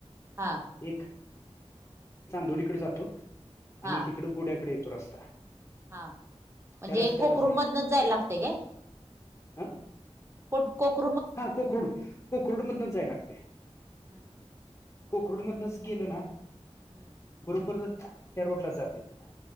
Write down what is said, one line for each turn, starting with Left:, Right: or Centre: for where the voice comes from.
Right: हा
Left: एक चांदोलीकडे जातो आणि
Right: हा
Left: एक इकड गुड्याकडे येतो रस्ता
Right: हा म्हणजे
Left: त्या रस्त्यालाच
Right: कोकरुण मधनच जायला लागते का
Left: हा
Right: कोक
Left: हा कोकडू कोकररुडमधन जाय लागते
Right: हम्म हम्म. बर
Left: कोकररुडमधनच गेल ना
Right: हम्म
Left: बरोबर त्या रोडला जाते तिथ